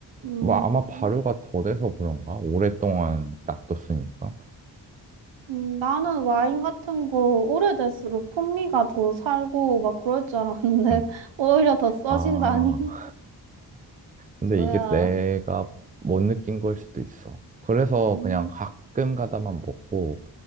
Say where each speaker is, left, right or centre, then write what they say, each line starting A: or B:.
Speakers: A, on the right; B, on the right.
A: 음.
B: 뭐 아마 발효가 더 돼서 그런가? 오랫동안 놔뒀으니까.
A: 음, 나는 와인 같은 거 오래될수록 풍미가 더 살고 막 그럴 줄 알았는데
B: 응.
A: <laughs> 오히려 더 써진다니
B: 아,
A: <laughs>
B: 근데
A: 뭐야
B: 이게 내가 못 느낀 걸 수도 있어. 그래서
A: 음,
B: 그냥 가끔 가다만 먹고,